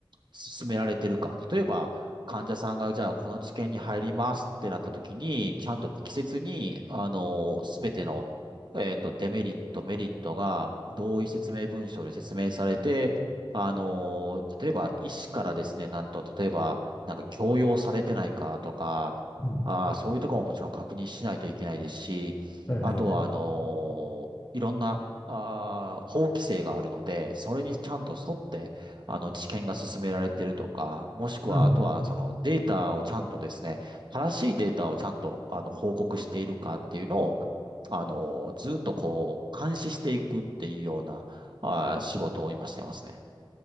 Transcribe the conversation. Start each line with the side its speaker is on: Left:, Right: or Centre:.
Right: 進められてるか。例えば、患者さんが、じゃあ、この治験に入りますってなった時に、ちゃんと適切に、あの、すべての、えっと、デメリット、メリットが同意説明文書で説明されて、あの、例えば、医師からですね、なんと、例えば、なんか強要されてないかとか、
Left: うん。
Right: あーそういうところももちろん確認しないといけないですし、
Left: えー、
Right: あとは、あの、いろんな、あー法規制があるので、それにちゃんと沿って、あの、知見が進められてるとか、もしくは、
Left: うん。
Right: あとは、そのデータをちゃんとですね、正しいデータをちゃんと、あの、報告しているかっていうのを、あの、ずっとこう、監視していくっていうような、あー、仕事を今してますね。